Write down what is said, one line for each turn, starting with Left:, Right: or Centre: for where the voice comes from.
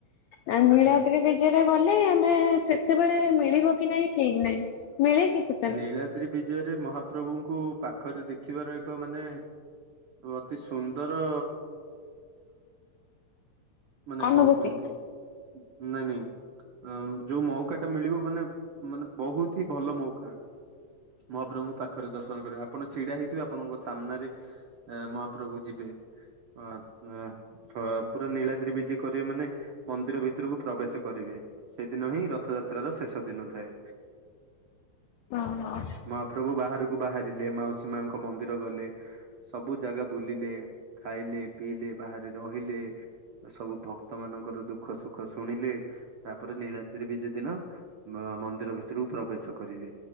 Left: ଆଉ ନୀଳାତି
Right: ଆଜ୍ଞା
Left: ନିଜରେ ଗଲେ ଆମେ ସେତେବେଳେ ମିଳିବ କି ନାହିଁ ଠିକ ନାହିଁ ମିଳେ କି ସେ
Right: ନୀଳାଦ୍ରି ବିଜୟରେ ମହାପ୍ରଭୁଙ୍କୁ ପାଖରେ ଦେଖିବାର ଏକ ମାନେ ଅତି ସୁନ୍ଦର ମାନେ
Left: ଅନୁଭୂତି
Right: କଣ କୁହନ୍ତି ନାଇଁ ନାଇଁ। ଅ ଯୋଉ ମୌକା ଟା ମିଳିବ ମାନେ ମାନେ ବହୁତ ହି ଭଲ ମଉକା। ମହାପ୍ରଭୁଙ୍କୁ ପାଖରେ ଦର୍ଶନ କରିବେ ଆପଣ ଛିଡା ହେଇଥିବେ, ଆପଣଙ୍କ ସାମ୍ନାରେ ମହାପ୍ରଭୁ ଯିବେ। ଅ ପୁରା ନୀଳା ଦ୍ରିିବିଜେ କରିବେ ମାନେ ମନ୍ଦିର ଭିତରକୁ ପ୍ରବେଶ କରିବେ ସେଦିନ ହିଁ ରଥଯାତ୍ରାର ଶେଷ ଦିନ ଥାଏ।
Left: ଓ ହଁ।
Right: ମହାପ୍ରଭୁ ବାହାରକୁ ବାହାରିଲେ ମାଉସୀ ମାଙ୍କ ମନ୍ଦିର ଗଲେ। ସବୁ ଜାଗା ବୁଲିଲେ ଖାଇଲେ ପିଇଲେ ବାହାରେ ରହିଲେ। ସବୁ ଭକ୍ତ ମାନଙ୍କର ଦୁଃଖ ସୁଖ ଶୁଣିଲେ ତାପରେ ନୀଳାଦ୍ରି ବିଜେ ଦିନ ମନ୍ଦିର ଭିତରୁ ପ୍ରବେଶ କରିବେ।